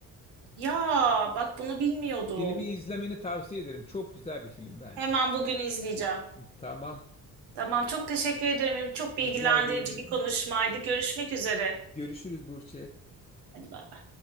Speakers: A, on the right; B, on the left.
A: ya bak bunu bilmiyordum.
B: Filmi izlemeni tavsiye ederim çok güzel bir film bence.
A: Hemen bugün izleyeceğim.
B: Tamam
A: Tamam çok teşekkür ederim. Çok bilgilendirici
B: rica ederim.
A: bir konuşmaydı. Görüşmek üzere.
B: Görüşürüz Burçe.
A: Hadi bay.